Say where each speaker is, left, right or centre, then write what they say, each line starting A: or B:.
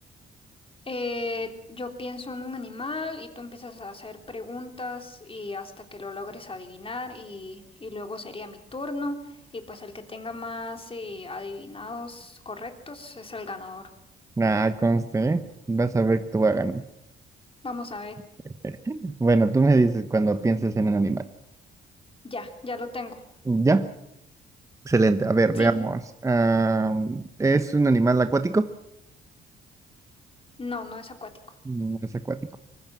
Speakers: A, on the left; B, on the right.
A: Eh, yo pienso en un animal y tú empiezas a hacer preguntas y hasta que lo logres adivinar y, y luego sería mi turno y pues el que tenga más eh, adivinados correctos es el ganador.
B: Ah, conste, ¿eh? Vas a ver que te voy a ganar.
A: Vamos a ver.
B: <laughs> Bueno, tú me dices cuando pienses en un animal.
A: Ya, ya lo tengo.
B: ¿Ya? Excelente. A ver, veamos.
A: Sí,
B: Am, ¿es un animal acuático?
A: no, no es acuático.
B: No es acuático.